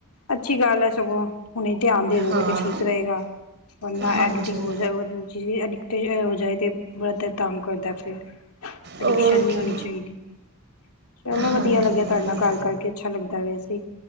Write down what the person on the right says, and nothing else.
ਹਾਂ
ਹਾਂਜੀ
ਓਕੇ
ਹਾਂਜੀ